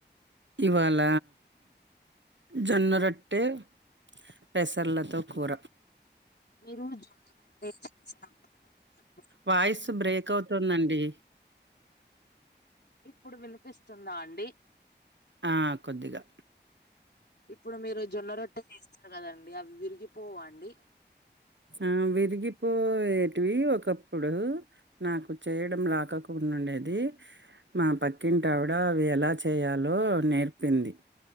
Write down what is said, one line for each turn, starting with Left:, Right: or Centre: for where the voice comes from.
Right: ఇవాళ జొన్నరొట్టె పెసర్లతో కూర
Left: మీరు జొన్న రొట్టె చేసాన్ <inaudible>
Right: వాయిస్ బ్రేక్ అవుతుందండి
Left: ఇప్పుడు వినిపిస్తుందా అండి
Right: ఆ కొద్దిగా
Left: ఇప్పుడు మీరు జొన్న రొట్టె చేస్తారు కదండి అవి విరిగిపోవా అండి
Right: ఆ విరిగిపోయేటివి ఒకప్పుడు నాకు చేయడం రాకకుండుండేది మా పక్కింటి ఆవిడ అవి ఎలా చెయ్యాలో నేర్పింది